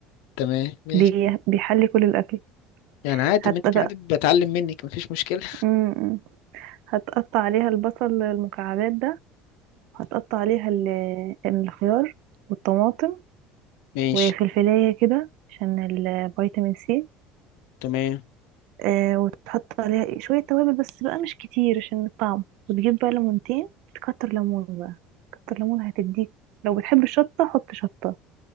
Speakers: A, on the left (about 75°); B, on the right (about 60°).
A: تمام ماشي
B: بي- بيحلي كل الاكل
A: يعني عادي
B: حتى
A: منك عادي بتعلم منك مفيش مشكلة
B: بقى هتقطع عليها البصل المكعبات ده وهتقطع عليها ال- الخيار والطماطم
A: ماشي
B: وفلفلاية كده عشان الفيتامين سي
A: تمام
B: آه وتحط عليها شوية توابل بس بقى مش كتير عشان الطعم وتجيب بقى ليمونتين تكتر ليمون بقى كتر ليمون هتديك لو بتحب الشطة حط شطة